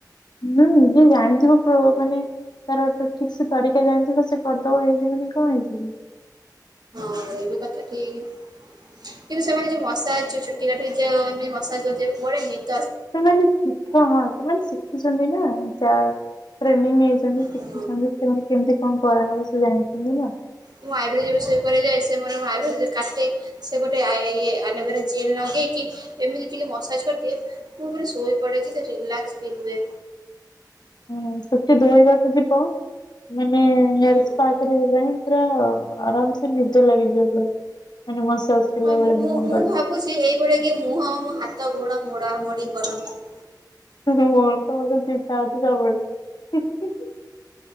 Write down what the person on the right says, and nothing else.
ହଁ ଏଇ ବି କଥା ଠିକ୍। କିନ୍ତୁ ସେମାନେ ଯୋଉ ମସାଜ ଚୁଟି କାଟିଚ ଏମିତି ମସାଜ ଜୋଉ ବଡିନି।
ହଁ,
ମୁଁ ଆଇବ୍ରିଜ୍ ବିଷୟ କରୋଏ ସେ ମରଁ ଆବ୍ରିଜ୍ କାେ <unintelligible> ସେ ଗୋଟେ ଇ ଆଲୋଭେରା ଜେଲେ ଲଗେଇକି ଏମିତି ଟିକେ ମସାଜ କରିଦିଏ। ମୁଁ ପୁରା ଶୋଇ ପଡେ ଯେ ସେଠି ରିଲାସ ଫିଲ ହୁଏ।
ହୁଁ।
ହଁ
ମୁଁ ମୁଁ
ମୁଁ ଭାବୁଛି ଏଇଭଳିଆ କିଏ ମୁହଁ ମୋ ହାତ ଗୋଡ ମୋଡା ମୋଡି କରନ୍ତୁ।